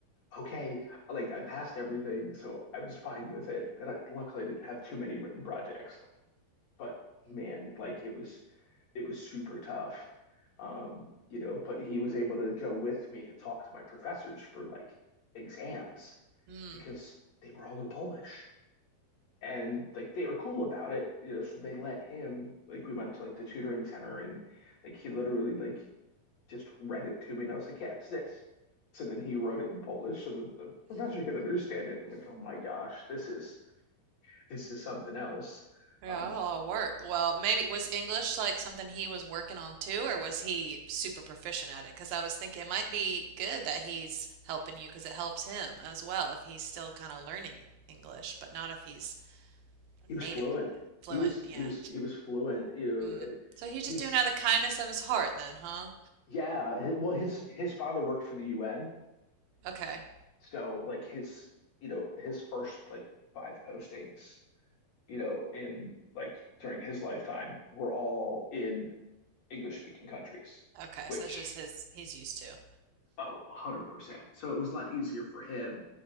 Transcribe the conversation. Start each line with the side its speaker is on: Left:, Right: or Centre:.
Left: okay, like I passed everything, so I was fine with it. And I, luckily, I didn't have too many written projects, but man, like, it was, it was super tough. Um, you know, but he was able to go with me to talk to my professors for like exams
Right: Mm-hmm.
Left: because they were all in Polish and like they were cool about it you know so they let him like we went to like the tutoring center and like he literally like just read it to me and I was like yeah it's this so then he wrote it in Polish so that the professor could understand it I'm like oh my gosh this is this is something else
Right: Yeah,
Left: um
Right: that'll work. Well, maybe was English like something he was working on too, or was he super proficient at it? Because I was thinking it might be good that he's helping you because it helps him as well if he's still kind of learning English, but not if he's
Left: he
Right: native,
Left: was fluent
Right: fluent.
Left: he was
Right: Yeah.
Left: he was he was fluent you know
Right: Mm.
Left: it-
Right: So he's
Left: his
Right: just doing it out of the kindness of his heart then, huh?
Left: yeah hi- well his his father worked for the UN
Right: Okay.
Left: so like his you know his first like five postings you know, in like during his lifetime, were all in English speaking countries,
Right: Okay.
Left: which,
Right: So that's just his he's used to.
Left: oh, 100%. So it was a lot easier for him,